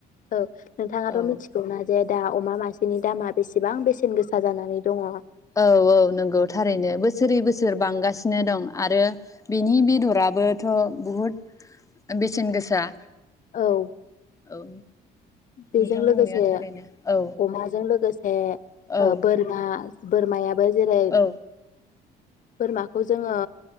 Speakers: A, on the left; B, on the left.
A: औ नोंथाङाथ'
B: औ
A: मिथिगौना? जे दा अमा मासेनि दामा बेसेबां बेसेन गोसा जानानै दङ।
B: औ औ नंगौ थारैनो बोसोरै बोसोर बांगासिनो दं। आरो बेनि बेदराबोथ' बहुद बेसेन गोसा।
A: औ।
B: औ।
A: बेजों
B: नोंथां
A: लोगोसे
B: बुंनाया थारैनो औ
A: अमाजों लोगोसे
B: औ
A: ओ बोरमा बोरमाया जेरै
B: औ
A: बोरमाखौ जोङो